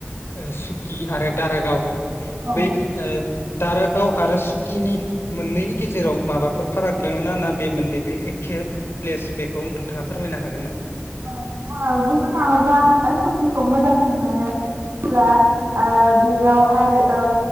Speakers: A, on the left; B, on the right.
A: ओ सुखि आरो दारागाव
B: औ
A: बै ओ दारागाव आरो सुकिनि मोननैनि गेजेराव माबाफोर फाराग दोङोना ना बे मोननैबो एखे प्लेस बेखौ नोंथाङा फोरमायनो हागोन ना?
B: औ नोंथां बुंनो थाङोब्ला आंङो सखिखौ मोजांसिन मोनो। मानो होनब्ला ओ बेयावहाय ओ